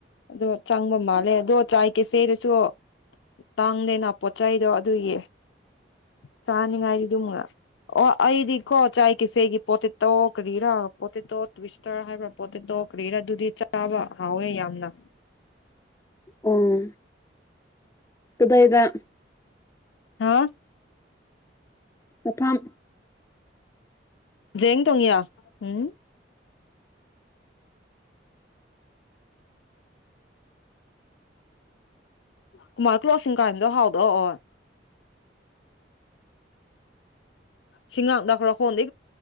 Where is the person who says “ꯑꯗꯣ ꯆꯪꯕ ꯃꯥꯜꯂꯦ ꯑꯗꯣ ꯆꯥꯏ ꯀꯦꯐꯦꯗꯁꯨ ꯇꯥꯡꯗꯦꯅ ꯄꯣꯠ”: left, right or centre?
Left